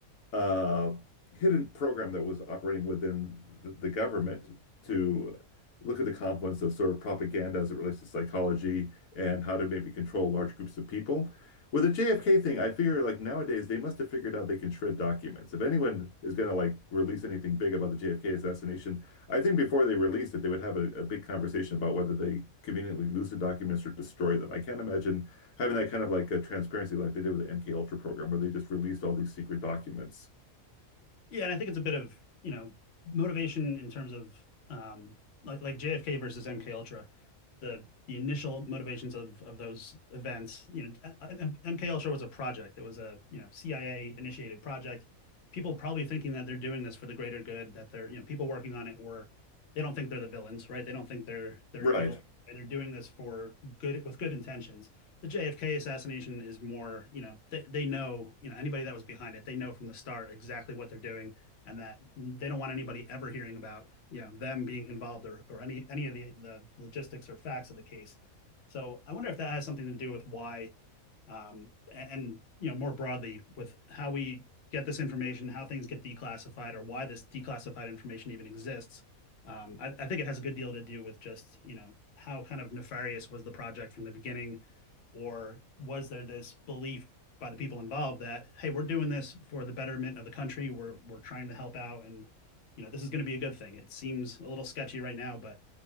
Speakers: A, on the left; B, on the left.
A: uh, hidden program that was operating within the, the government to look at the confluence of sort of propaganda as it relates to psychology and how to maybe control large groups of people. With the JFK thing, I figure like nowadays they must have figured out they can shred documents. If anyone is going to like release anything big about the JFK assassination, I think before they released it, they would have a, a big conversation about whether they conveniently lose the documents or destroy them. I can't imagine having that kind of like a transparency like they did with the MK Ultra program, where they just released all these secret documents.
B: Yeah, and I think it's a bit of, you know, motivation in terms of um like like JFK versus MK Ultra, the the initial motivations of of those events, you know, MK Ultra was a project. It was a, you know, CIA initiated project. People probably thinking that they're doing this for the greater good, that they're, you know, people working on it were they don't think they're the villains, right? They don't think they're they're
A: Right.
B: evil. They're doing this for good with good intentions the JFK assassination is more, you know, they, they know, you know, anybody that was behind it, they know from the start exactly what they're doing and that they don't want anybody ever hearing about, you know, them being involved or, or any any of the, the logistics or facts of the case. So I wonder if that has something to do with why um, and you know, more broadly with how we get this information, how things get declassified, or why this declassified information even exists. Um, I, I think it has a good deal to do with just, you know, how kind of nefarious was the project from the beginning, or was there this belief by the people involved that, hey, we're doing this for the betterment of the country, we're we're trying to help out, and you know, this is going to be a good thing. It seems a little sketchy right now, but